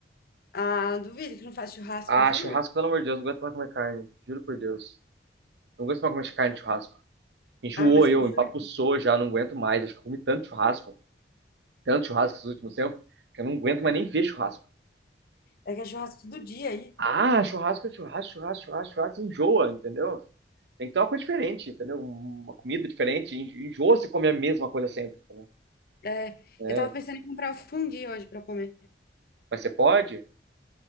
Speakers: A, on the left; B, on the right.
A: Ah, duvido que não faz churrasco
B: Ah,
A: com o Júnior.
B: churrasco,
A: hein?
B: pelo amor de Deus, não aguento mais comer carne. Juro por Deus. Não aguento mais comer carne de churrasco. Enjoou
A: Ah, mas
B: eu,
A: com o Júnior
B: empapuçou já, não aguento mais. Acho que eu comi tanto churrasco, tanto churrasco esses últimos tempos, que eu não aguento mais nem ver churrasco.
A: é que é churrasco todo dia aí.
B: Ah, churrasco é churrasco, churrasco, churrasco, churrasco, enjoa, entendeu? Tem que ter uma coisa diferente, entendeu? Uma comida diferente. Enjo- Enjoa você comer a mesma coisa sempre, entendeu?
A: É,
B: É.
A: eu tava pensando em comprar o fundi hoje pra comer.
B: Mas você pode?